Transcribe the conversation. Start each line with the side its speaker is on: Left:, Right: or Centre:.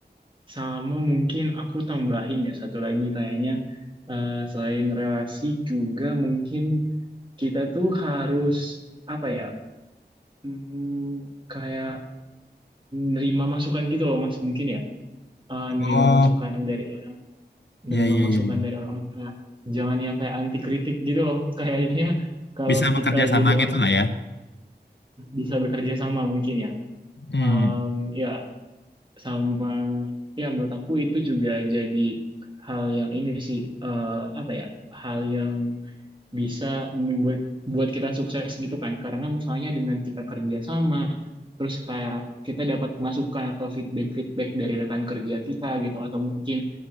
Right: Sama mungkin aku tambahin ya satu lagi kayaknya eh, selain relasi juga mungkin kita tuh harus apa ya, hmm, kayak nerima masukan gitu loh Mas mungkin ya, Eh, nerima
Left: Oh,
Right: masukan dari
Left: ya
Right: nerima
Left: ya
Right: masukan
Left: ya. ya.
Right: dari orang tua. Jangan yang kayak anti kritik gitu loh. <laughs> Kayaknya kalau
Left: Bisa bekerja
Right: kita
Left: sama
Right: jadi orang
Left: gitu lah ya.
Right: bisa bekerja sama mungkin ya.
Left: Hmm.
Right: Em, ya sama ya menurut aku itu juga jadi hal yang ini sih eh, apa ya hal yang bisa membuat buat kita sukses gitu kan karena misalnya dengan kita kerja sama terus kayak kita dapat masukan atau feedback feedback dari rekan kerja kita gitu atau mungkin